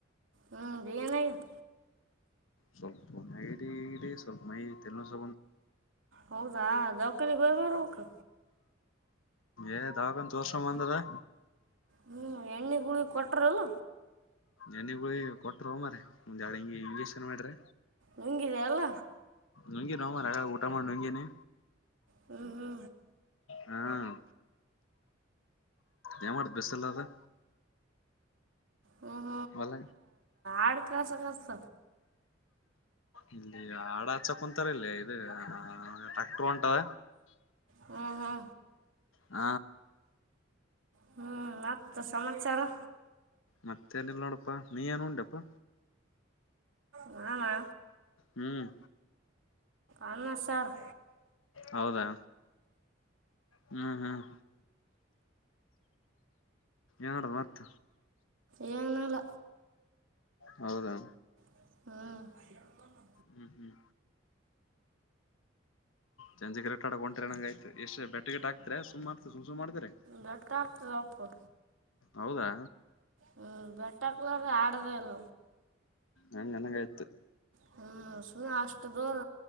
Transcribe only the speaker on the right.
ಹ್ಮ್ ಏನಾಗ್ಯಾದ
ಹೌದಾ ದೌಖಾನಿ ಬರ್ಬೇಕು
ಹ್ಮ್ ಎಣ್ಣೆ ಗುಳ ಕೊಟ್ರಲ್ಲ
ನುಂಗಿದೆ ಅಲ್ಲ
ಹ್ಞೂ ಹ್ಞೂ
ಹ್ಮ.
ಆಡ್ ಕಳ್ಸ ಕಷ್ಟ
ಹ್ಞೂ ಹ್ಞೂ
ಹ್ಮ್ ಮತ್ತ ಸಮ
ನಾನಾ
ಅನ್ನ ಸಾರು
ಏನಿಲ್ಲ
ಹ್ಮ್
ಬೆಟ್ಟ ಹಾಕ್ತದಪ್ಪ
ಹ್ಮ್ ಬೆಟ್ಟಕ್ಲಾರ್ರ ಆಡದಲ್
ಹ್ಮ್ ಸುಮ್ಮಿ ಅಷ್ಟು ದೂರ